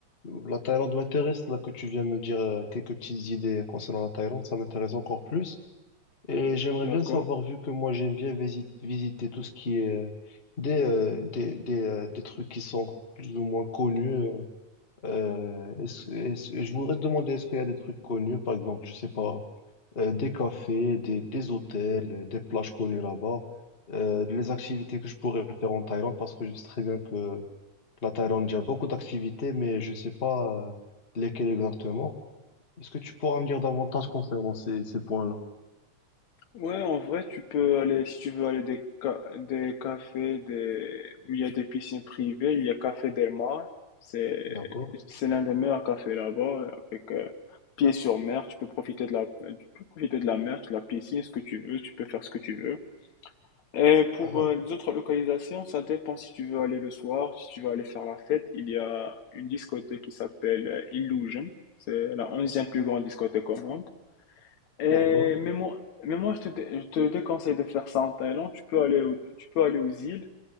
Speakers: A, on the left (about 25°); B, on the left (about 70°).
A: La Thaïlande m'intéresse, là que tu viens me dire euh, quelques petites idées concernant la Thaïlande, ça m'intéresse encore plus. Et j'aimerais bien
B: d'accord?
A: savoir, vu que moi j'aime bien visi- visiter tout ce qui est euh, des, euh, des, des, euh, des trucs qui sont plus ou moins connus. euh, euh, est-ce- est-ce- je voudrais te demander, est-ce qu'il y a des trucs connus, par exemple, je sais pas, euh, des cafés, des, des hôtels, euh, des plages connues là-bas, euh, les activités que je pourrais faire en Thaïlande, parce que je sais très bien que la Thaïlande, il y a beaucoup d'activités, mais je sais pas euh, lesquelles exactement. Est-ce que tu pourras me dire davantage concernant ces, ces points-là?
B: Ouais, en vrai, tu peux aller, si tu veux aller des, ca- des cafés des, où il y a des piscines privées, il y a Café Del Mar. C'est,
A: D'accord.
B: c'est l'un des meilleurs cafés là-bas, avec euh, pied sur mer. Tu peux profiter de la, tu peux profiter de la mer, de la piscine, ce que tu veux. Tu peux faire ce que tu veux. Et pour
A: Ah,
B: euh, les autres localisations, ça dépend si tu veux aller le soir, si tu veux aller faire la fête. Il y a une discothèque qui s'appelle euh, Illusion. C'est la onzième plus grande discothèque au monde. Et-
A: d'accord.
B: mais moi, mais moi je te, dé- je te déconseille de faire ça en Thaïlande. Tu peux aller, au- tu peux aller aux îles.